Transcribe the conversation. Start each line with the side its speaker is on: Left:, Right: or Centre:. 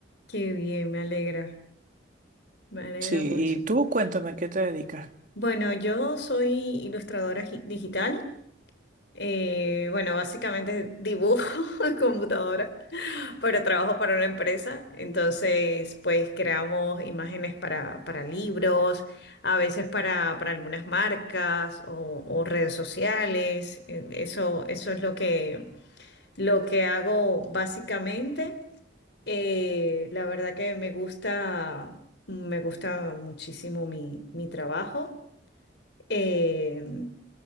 Left: Qué bien, me alegra, me alegra
Right: Sí,
Left: mucho.
Right: y tú cuéntame, ¿qué te dedicas?
Left: Bueno, yo soy ilustradora gi- digital. eh, bueno, básicamente dibujo <laughs> en computadora, pero trabajo para una empresa. Entonces, pues creamos imágenes para, para libros, a veces para, para algunas marcas o, o redes sociales. eh, Eso, eso es lo que, lo que hago básicamente. Eh, la verdad que me gusta, me gusta muchísimo mi, mi trabajo. Eh,